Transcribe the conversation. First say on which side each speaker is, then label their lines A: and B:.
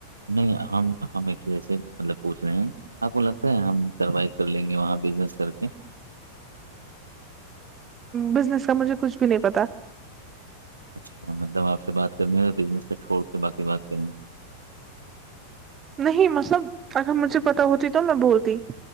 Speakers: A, on the right; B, on the right.
A: نہیں ہم ہم ایکچولیسے مطلب پوچھ رہے ہیں آپ کو لگتا ہے ہم سروائو کر لیں گے وہاں بزنس کر کے
B: بزنس کا مجھے کچھ بھی نہیں پتا
A: اچھا مطلب آپ سے بات کرنی ہے یا بزنس کا چھوڑ کے باقی بات کر رہنی ہے
B: نہیں مطلب اگر مجھے پتا ہوتی تو میں بولتی